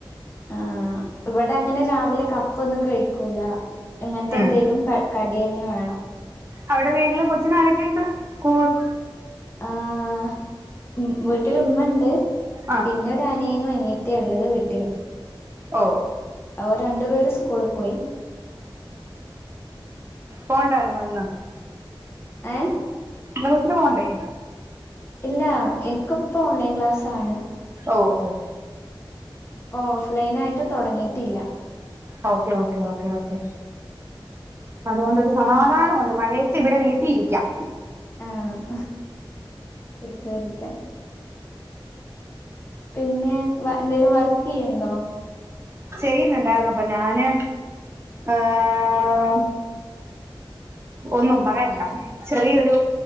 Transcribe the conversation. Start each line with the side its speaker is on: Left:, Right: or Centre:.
Left: ആ ഇവിടെ അങ്ങനെ രാവിലെ കപ്പൊന്നും കഴിക്കൂല ഇങ്ങനത്തെ
Right: ഉം
Left: എന്തെങ്കലും കട് കടി തന്നെ വേണം
Right: അവിടെ വീട്ടില് കൊച്ചിന ആരൊക്കെയുണ്ട് കൂട്ടിൻ
Left: ആഹ ഉം വീട്ടില ഉമ്മുണ്ട്
Right: ആ
Left: പിന്നെ അനിയനും അനിയത്തി ഉള്ളത് വീട്ടിൽ
Right: ഓ
Left: ഓ രണ്ടു പേര് സ്കൂള പോയി
Right: പോണ്ടായിരുന്നു ഇന്ന്
Left: ഏ
Right: ഇ കൊച്ചി പോവണ്ടേ
Left: ഇല്ല എനിക്കിപ്പോ ഓൺലൈൻ ക്ലാസ്സാണ്
Right: ഓ ഓ
Left: ഓ ഓഫ്ലൈൻ ആയിട്ട് തുടങ്ങിയിട്ടില്ല
Right: ഓക്കെ ഓക്കെ ഓക്കെ ഓക്കെ അതുകൊണ്ടരു സമാധാനംുണ്ട് മഴയത്ത് ഇവിടെ വീട്ടിരിക്കാം
Left: ആഹ വീട്ടില എടുക്കാ പിന്നെ വ എന്തേലും വർക്ക് യ്യണ്ടോ
Right: ചെയ്യുന്നുണ്ടായിരുന്നു അപ്പൊ ഞാന് ഏഹ് ഒന്നും പറയണ്ട ചെറിയൊരു